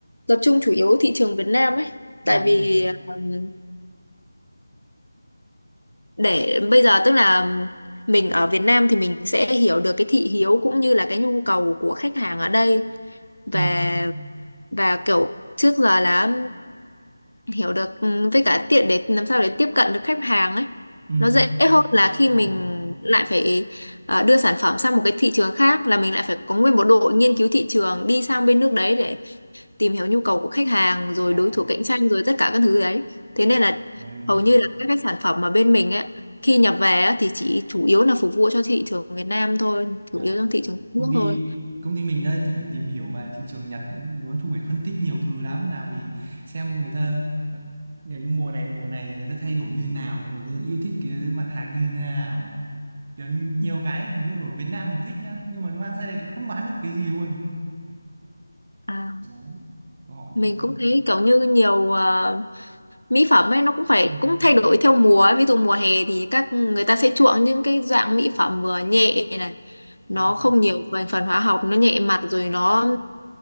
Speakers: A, on the left (about 80°); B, on the right (about 35°).
A: tập trung chủ yếu thị trường Việt Nam ấy.
B: ừ
A: Tại vì ừm, để bây giờ tức là mình ở Việt Nam thì mình sẽ hiểu được cái thị hiếu cũng như là cái nhu cầu của khách hàng ở đây và
B: ừ,
A: và kiểu trước giờ là hiểu được ừ, với cả tiện để làm sao để tiếp cận được khách hàng ấy
B: ừ.
A: nó dễ hơn là
B: đúng
A: khi mình
B: rồi
A: lại phải ờ, đưa sản phẩm sang một cái thị trường khác là mình lại phải có nguyên một đội nghiên cứu thị trường đi sang bên nước đấy để tìm hiểu nhu cầu của khách hàng rồi
B: đại
A: đối thủ cạnh tranh rồi tất cả các thứ đấy thế
B: đại
A: nên là
B: đại.
A: hầu như là các cái sản phẩm mà bên mình ấy khi nhập về á, thì chỉ chủ yếu là phục vụ cho thị trường Việt Nam thôi chủ
B: à,
A: yếu trong thị trường trong
B: công
A: nước
B: ty
A: thôi
B: công ty mình đây thì phải tìm hiểu về thị trường Nhật nói chung phải phân tích nhiều thứ lắm nào thì xem người ta kiểu như mùa này mùa này người ta thay đổi như nào người ta yêu thích cái mặt hàng như thế nào kiểu nhiều
A: Ừ.
B: cái kiểu như ở Việt Nam mình thích nhá nhưng mà mang sang đây không bán được cái gì luôn
A: à,
B: Đấy. họ
A: mình
B: tự
A: cũng
B: tự-
A: thấy kiểu như nhiều ờ, mỹ phẩm ấy nó cũng phải
B: ừ,
A: cũng thay đổi theo mùa ấy. ví dụ mùa hè thì các người ta sẽ chuộng những cái dạng mỹ phẩm vừa nhẹ này nó
B: ờ
A: không nhiều thành phần hóa học nó nhẹ mặt rồi nó